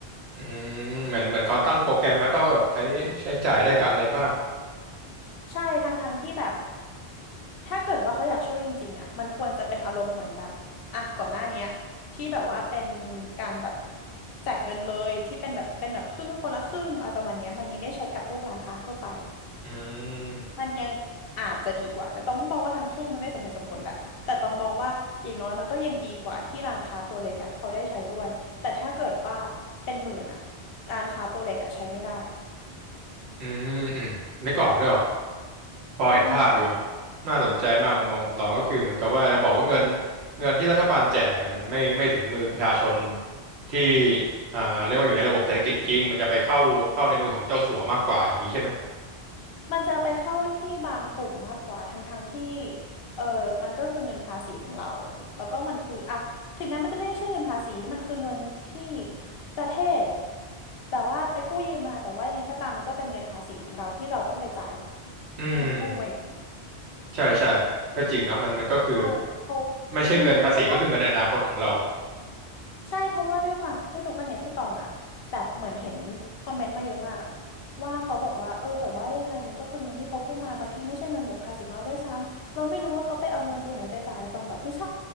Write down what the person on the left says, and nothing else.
ใช่ทั้งทั้งที่แบบถ้าเกิดว่าเขาอยากช่วยจริงๆอ่ะมันควรจะเป็นอารมณ์เหมือนแบบอ่ะก่อนหน้าเนี้ยที่แบบว่าเป็นการแบบแจกเงินเลยที่เป็นแบบเป็นแบบครึ่งคนละครึ่งอะไรประมาณเนี้ยมันยังได้ใช้กับพวกร้านค้าทั่วไป
มันยังอาจจะดีกว่าแต่ต้องมองว่าทั้งคู่มันไม่สมเหตุสมผลแหละแต่ต้องมองว่าอย่างน้อยมันก็ยังดีกว่าที่ร้านค้าตัวเล็กอะเขาได้ใช้ด้วยแต่ถ้าเกิดว่าเป็นหมื่นอะร้านค้าตัวเล็กอะใช้ไม่ได้
อืม
มันจะไปเข้าที่บางกลุ่มมากกว่าทั้งทั้งที่เออมันก็คือเงินภาษีของเราแล้วก็มันคืออะถึงแม้มันจะไม่ใช่เงินภาษีมันคือเงินที่ประเทศแบบว่าไปกู้ยืมมาแต่ว่ายังไงก็ตามมันก็เป็นเงินภาษีของเราที่เราต้องไปจ่าย
เงินกู้มาอยู่
ใช่เพราะ
อืมเพราะว่าใช่เพราะว่าด้วยความด้วถูกกันอย่างที่ตองอะแบบเหมือนเห็นคอมเมนต์มาเยอะมากอะว่าเขาบอกว่าเออแต่ว่ายังไงมันก็คือเงินที่เขากู้มาบางทีไม่ใช่เงินแบบภาษีของเราด้วยซ้ำเราไม่รู้ว่าเขาไปเอาเงินตัวไหนไปจ่ายตองแบบไม่ใช่